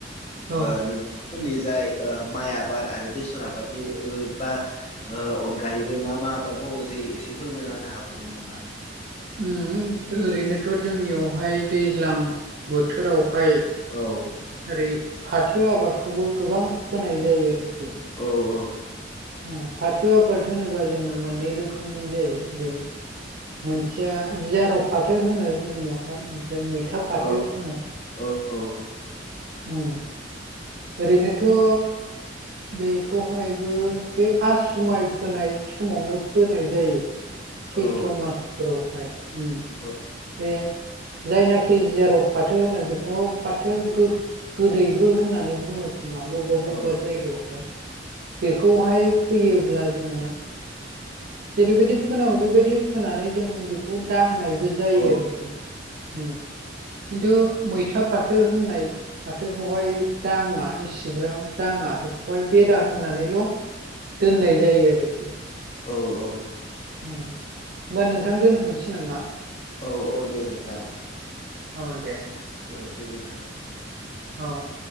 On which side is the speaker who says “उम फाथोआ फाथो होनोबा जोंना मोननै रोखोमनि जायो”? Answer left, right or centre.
Right